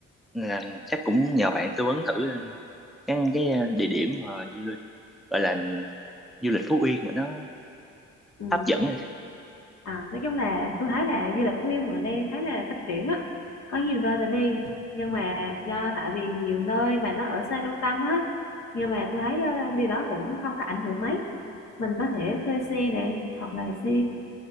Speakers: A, in the centre; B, on the left.
A: là chắc cũng nhờ bạn tư vấn thử ờ, cái cái ờ, địa điểm mà du lịch gọi là du lịch Phú Yên mà nó
B: ừ
A: hấp dẫn
B: À, nói chung là tôi thấy là du lịch Phú Yên bữa nay khá là phát triển á, có nhiều nơi để đi. Nhưng
A: ừ.
B: mà do tại vì nhiều nơi mà nó ở xa trung tâm á, nhưng mà tôi thấy ờ, điều đó cũng không có ảnh hưởng mấy. Mình có thể thuê xe này hoặc là xe